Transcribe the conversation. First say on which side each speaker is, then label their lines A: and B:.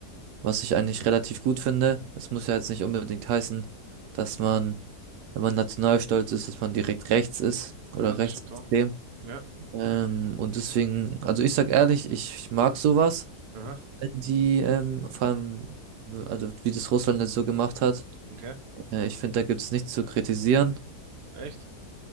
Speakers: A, on the right (about 80°); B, on the right (about 60°).
A: was ich eigentlich relativ gut finde. Es muss ja jetzt nicht unbedingt heißen, dass man, wenn man nationalstolz ist, dass man direkt rechts ist
B: Ja,
A: oder
B: das
A: rechtsextrem.
B: stimmt doch. Ja.
A: Ähm, und deswegen, also ich sag ehrlich, ich mag sowas,
B: Aha.
A: wenn die, ähm, vor allem, also wie das Russland jetzt so gemacht hat.
B: Okay.
A: Äh, ich finde, da gibt's nichts zu kritisieren.
B: Echt?